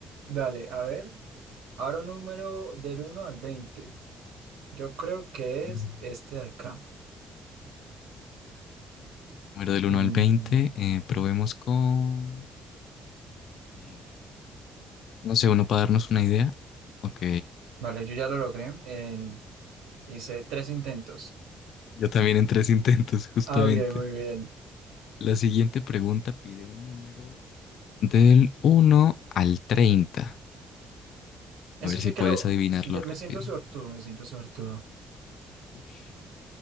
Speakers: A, on the right; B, on the left.
A: Dale, a ver. Ahora un número del uno al 20, Yo creo que
B: Bueno.
A: es este de acá.
B: Número del
A: Mm,
B: uno al 20. eh, probemos con... eh, no sé, uno para darnos una idea. Ok.
A: vale, yo ya lo logré. En, hice tres intentos.
B: Yo también en tres intentos, justamente.
A: Ah, bien, muy bien.
B: La siguiente pregunta pide un número del uno al 30.
A: Ese
B: A ver
A: sí
B: si
A: que
B: puedes
A: lo...
B: adivinarlo
A: ya-
B: rápido.
A: me siento suertudo, me siento suertudo.
B: Ush.